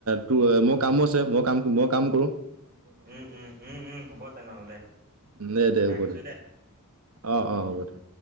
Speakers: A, on the right; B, on the right.
A: ত মোৰ কামো আছে মই কাম মই কাম কৰো।
B: উম, উম, উম, উম হ'ব তেনেহ'লে
A: ন দে দে হ'ব
B: ৰাখিছো দে।
A: অ',
B: উম
A: অ' হ'ব দে।